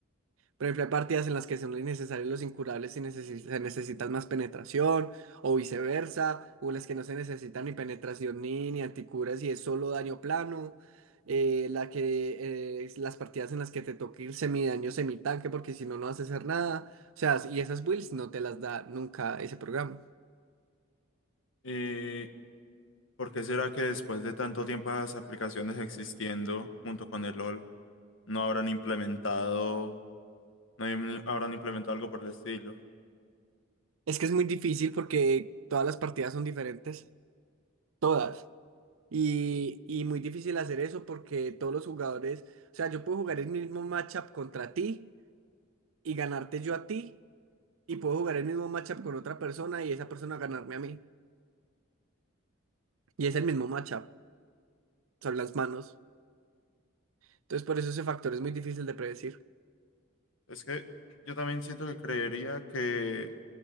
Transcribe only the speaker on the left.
¿Y por qué será que después de tanto tiempo las aplicaciones existiendo junto con el LOL no habrán implementado, no habrán implementado algo por el estilo?
Es que yo también siento que creería que